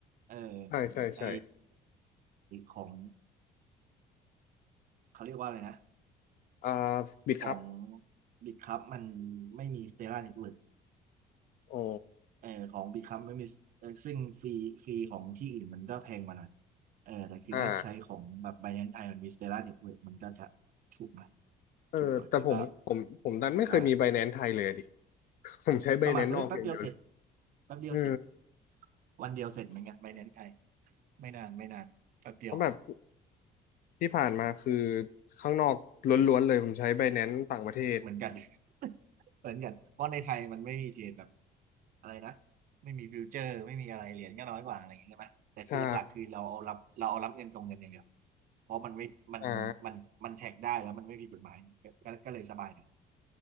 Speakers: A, on the right; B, on the left.
A: เออ
B: ใช่ใช่ใช่
A: ไอของเขาเรียกว่าอะไรนะ
B: อ่าบิดครับ
A: ของ Bitkub มันไม่มี Stellar Network
B: อ๋อ
A: เออของ Become ไม่มีเออซึ่งฟรีฟรีของที่อื่นมันก็แพงกว่าหน่อยเออแต่คือถ้าใช้ของแบบ
B: อ่า
A: Binance ไทยมันมี Stellar Network มันก็จะถูกหน่อย
B: เออแต่ผมผมผมดันไม่เคยมีไบแนน
A: ถูกหน่อยแล้วก็อ่า
B: c e ไทยเลยอะดิ <laughs> ผมใช้ไบแนน
A: สมัครเลยแป๊บเดียวเสร็จ
B: c e นอกอย่างเดียวเลย
A: แป๊บเดียวเสร็จ
B: เออ
A: วันเดียวเสร็จเหมือนกัน Binance ไทยไม่นานไม่นานแป๊บเดียว
B: เพราะแบบที่ผ่านมาคือข้างนอกล้วนๆเลยผมใช้ไบแนน c e ต่างประเทศ
A: เหมือนกัน <laughs> เหมือนกันเพราะในไทยมันไม่มีเทรดแบบอะไรนะไม่มีฟิวเจอร์ไม่มีอะไรเหรียญก็น้อยกว่าอะไรอย่างเงี้ยใช่ไหมแต่คือหลักๆคือเราเอารับเราเอารับเงินส่งเงินอย่างเดียว
B: ใช่
A: เพราะมันไม่มันมันมันแท็กได้แล้วมันไม่ผิดกฎหมายก็ก็เลยสบายหน่อย
B: อ่า